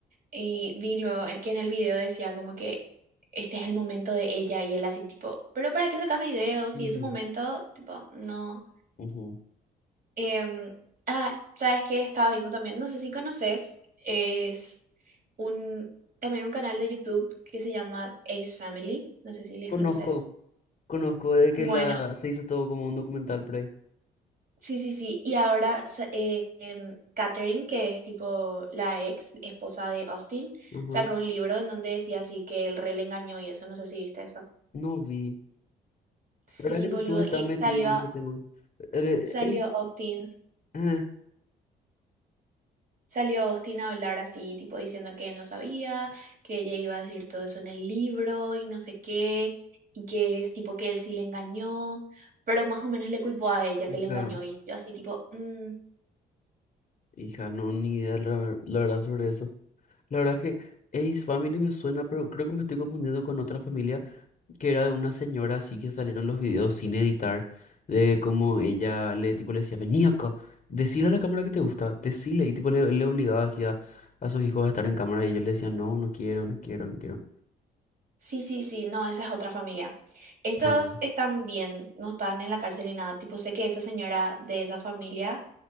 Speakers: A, on the right; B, on the left.
A: Y vi luego en- que en el video decía como que este es el momento de ella y él así, tipo, pero ¿para qué sacas videos?
B: Ujú.
A: Si es un momento, tipo, no.
B: Ujú.
A: Em, ah, ¿sabes qué? Estaba viendo también, no sé si conoces, es un, también un canal de YouTube que se llama Ace Family, no sé si les
B: Conozco,
A: conoces.
B: conozco de que
A: Bueno,
B: la se hizo todo como un documental por ahí.
A: sí, sí, sí. Y ahora sa- eh, em, Catherine, que es tipo la ex esposa de Austin,
B: Ajá.
A: sacó un libro en donde decía así que el rey le engañó y eso, no sé si viste eso.
B: No vi.
A: Sí,
B: La verdad que
A: boludo.
B: no estuve tan
A: Y
B: metido
A: salió,
B: en ese tema. Eh,
A: salió
B: es-
A: Austin.
B: eh,
A: Salió Austin a hablar así, tipo diciendo que él no sabía, que ella iba a decir todo eso en el libro y no sé qué, y que es tipo que él sí le engañó, pero más o menos le culpó a ella
B: hija,
A: que le engañó y yo así tipo, "Mm,
B: hija, no, ni idea la, ver- la verdad sobre eso. La verdad que Ace Family me suena, pero creo que me estoy confundiendo con otra familia. que era de una señora así que salieron los videos sin editar, de cómo ella le, tipo, le decía, vení acá, decile a la cámara que te gusta, decile, y tipo le, le obligaba así a, a sus hijos a estar en cámara y ellos le decían, no, no quiero, no quiero, no quiero.
A: sí, sí, sí, no, esa es otra familia. Estos
B: Ah.
A: están bien, no están en la cárcel ni nada, tipo sé que esa señora de esa familia